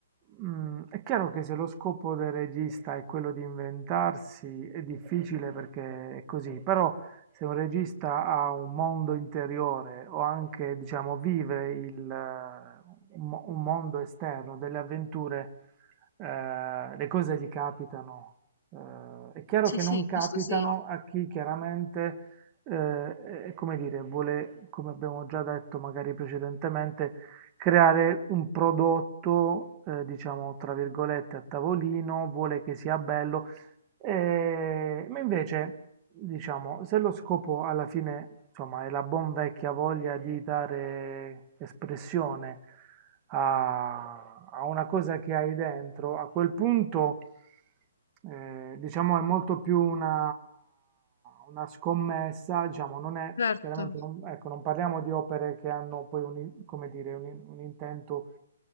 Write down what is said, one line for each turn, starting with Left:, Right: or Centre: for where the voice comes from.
Right: mm, è chiaro che se lo scopo del regista è quello di inventarsi, è difficile perché è così, però se un regista ha un mondo interiore o anche, diciamo, vive il, eh, un, mo- un mondo esterno, delle avventure, eh, le cose gli capitano. Eh, è chiaro
Left: Sì,
Right: che
Left: sì,
Right: non capitano
Left: questo sì,
Right: a chi chiaramente eh, e come dire, vuole, come abbiamo già detto magari precedentemente, creare un prodotto, eh, diciamo, tra virgolette, a tavolino, vuole che sia bello, eh, ma invece, diciamo, se lo scopo alla fine, insomma, è la buon vecchia voglia di dare espressione a, a una cosa che hai dentro, a quel punto, eh, diciamo, è molto più una una, una scommessa, diciamo, non è,
Left: certo.
Right: chiaramente non, ecco, non parliamo di opere che hanno poi un, i- come dire, un, in- un intento,